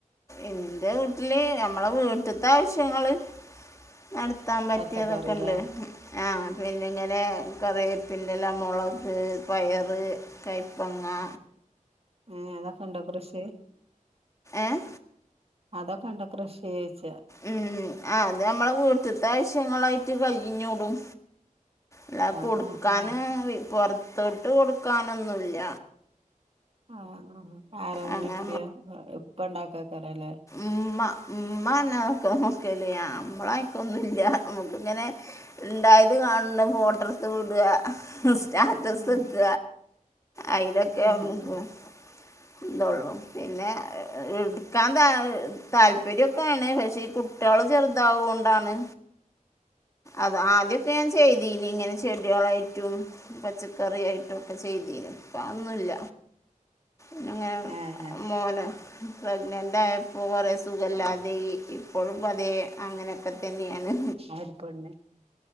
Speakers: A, on the left; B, on the right.
A: ഇന്റെ വീട്ടില് നമ്മളെ വീട്ട്ത്തെ ആവശ്യങ്ങള്. നടത്താൻ പറ്റിയതൊക്കെ
B: പച്ചക്കറില്ലേ
A: ഇണ്ട്. ആ പിന്നെ ഇങ്ങനെ കറിവേപ്പിന്റെല മൊളക് പയറ്. കയ്പ്പങ്ങാ
B: <unintelligible>
A: ഏഹ്
B: അതൊക്കെ ഇണ്ട് കൃഷി ചോയ്ച്ച.
A: ഉം, അത് നമ്മളെ വീട്ട്ത്താവശ്യങ്ങളായിട്ട് കയിഞ്ഞൂടും. എല്ല
B: ആഹ്
A: കൊടുക്കാന്
B: ആഹ് ആഹ്
A: ഇ പൊറത്തോട്ട് കൊടുക്കാനൊന്നുല്ല.
B: ആഹ് <unintelligible> ആരമ്മീം
A: അങ്ങനെ
B: ഇപ്പിയോ ഇപ്പ ഉണ്ടാക്കെക്കാരല്ലെ
A: ഇമ്മ ഇമ്മന്നാട്ടോ <unintelligible> മ്മളായിട്ട് ഒന്നുല്ല നമ്ക്ക് ഇങ്ങനെ ഇണ്ടായത് കാണ്‌ണ ഫോട്ടേട്ത് വിടാ സ്റ്റാറ്റസെക്ക
B: ഉം
A: അയിലൊക്കെ
B: ഉം
A: നമ്മക്കും.
B: ഉം
A: ഇതള്ളു പിന്നെ എടുക്കാൻ ത താല്പര്യൊക്കെയാണ്. പക്ഷേ ഈ കുട്ട്യോൾ ഇതാവോണ്ടാണ് അത് ആദ്യൊക്കെ ഞാൻ ചെയ്തീനി. ഇങ്ങനെ. ചെട്യേളായിട്ടും പച്ചക്കറിയായിട്ടും ഒക്കെ ചെയ്തീനി ഇപ്പതൊന്നുല്ല. അങ്ങനെ
B: ഏഹ്
A: മോന് പ്രഗ്നന്റായ- ഇപ്പ കുറെ സുഖല്ലാതിം
B: ആഹ്
A: ഇപ്പോഴും പതേ അങ്ങനെയൊക്കെ തന്നെയാണ്.
B: <unintelligible> പെണ്ണ്